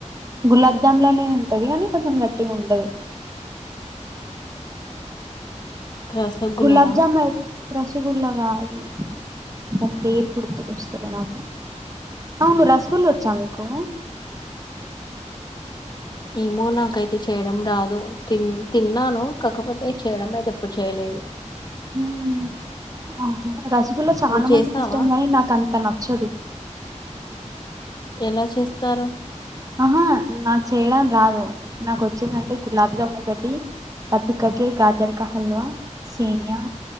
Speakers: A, on the right; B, on the left.
A: గులాబ్ జామ్ లానే ఉంటది కానీ కొంచెం గట్టిగా ఉంటది
B: రసగుల్లనా
A: గులాబ్ జామ్ అయి రసగుల్లా కాదు దాని పేరు గుర్తుకు వస్తాలే నాకు అవును రసగుల్లా వచ్చా మీకు
B: ఏమో నాకైతే చేయడం రాదు తి తిన్నాను కాకపోతే చేయడం అయితే ఎప్పుడు చేయలేదు
A: ఉమ్ ఆహా రాస ఇలో చాలా
B: నువ్వు చేసావా
A: మందికి ఇష్టం కాని నాకు అంత నచ్చదు
B: ఎలా చేస్తారు
A: ఆహా నాకు చేయడం రాదు నాకు వచ్చిందంటే గులాబ్ జాము ఒకటి పతుకాకి కాజల్ కా హల్వా సేమీయా